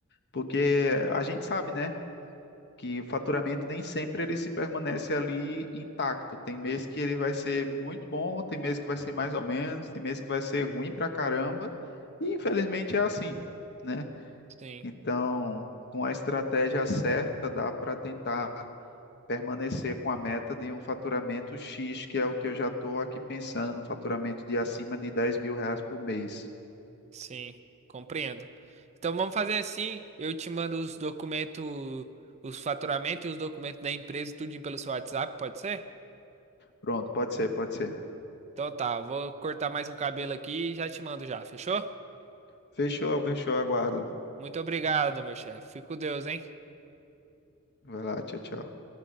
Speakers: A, on the left; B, on the right.
A: porque a gente sabe, né, que o faturamento nem sempre ele se permanece ali intacto. Tem mês que ele vai ser muito bom, tem mês que vai ser mais ou menos, tem mês que vai ser ruim pra caramba, e infelizmente é assim, né?
B: Sim.
A: Então, com a estratégia certa, dá para tentar permanecer com a meta de um faturamento X, que é o que eu já estou aqui pensando, um faturamento de acima de dez mil reais por mês.
B: Sim, compreendo. Então vamos fazer assim, eu te mando os documentos, os faturamentos e os documentos da empresa, tudinho pelo seu WhatsApp, pode ser?
A: Pronto, pode ser, pode ser.
B: Então tá, vou cortar mais um cabelo aqui e já te mando já, fechou?
A: Fechou, fechou, aguardo.
B: Muito obrigado, meu chefe. Fico com Deus, hein?
A: Vai lá, tchau, tchau.